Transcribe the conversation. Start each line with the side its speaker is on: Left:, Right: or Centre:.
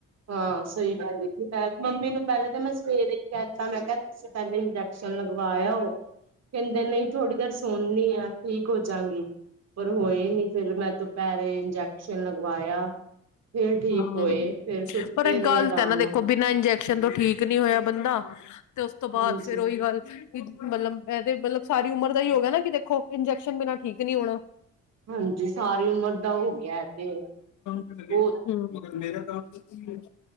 Right: ਹਾਂ ਸਹੀ ਗੱਲ, ਮੈਂ ਮੰਮੀ ਨੂੰ ਪਹਿਲਾਂ ਤਾਂ ਮੈਂ ਸਵੇਰੇ ਕਹਿਤਾ ਮੈਂ ਕਿਹਾ ਤੁਸੀਂ ਪਹਿਲੇ ਇਜੈਕ ਸ਼ਨ ਲਗਵਾਯਾਓ, ਕਹਿੰਦੇ ਨਹੀਂ ਥੋੜ੍ਹੀ ਦੇਰ ਸੋਣਨੀ ਆ ਠੀਕ ਹੋਜਗੀ ਪਰ ਹੋਏ ਨ ਫੇਰ ਮੈਂ ਦੁਪਹਿਰੇ ਇੰਜੈਕਸ਼ਨ ਲਗਵਾਇਆ ਫੇਰ ਠੀਕ
Left: ਹਾਂ
Right: ਹੋਏ। ਫੇਰ ਸੁੱਤੇ
Left: ਪਰ
Right: ਰਹੇ
Left: ਗਲਤ
Right: ਆਰਾਮ
Left: ਹੈ ਨਾ
Right: ਨਾਲ
Left: ਦੇਖੋ ਬਿਨਾਂ ਇੰਜੈਕਸ਼ਨ ਤੋਂ ਠੀਕ ਨਹੀਂ ਹੋਇਆ ਬੰਦਾ ਤੇ ਉਸ ਤੋਂ ਬਾਅਦ
Right: ਹਾਂਜੀ।
Left: ਫੇਰ ਉਹੀ ਗੱਲ ਮਤਲਬ ਇਹਦੇ ਮਤਲਬ ਸਾਰੀ ਉਮਰ ਦਾ ਹੀ ਹੋ ਗਿਆ ਨਾ ਕਿ ਦੇਖੋ ਇੰਜੈਕਸ਼ਨ ਬਿਨਾਂ ਠੀਕ ਨਹੀਂ ਹੋਣਾ।
Right: ਹਾਂਜੀ ਸਾਰੀ ਉਮਰ ਦਾ ਹੋ ਗਿਆ ਇਹ ਤੇ
Left: ਹੁੰ।
Right: ਉਹ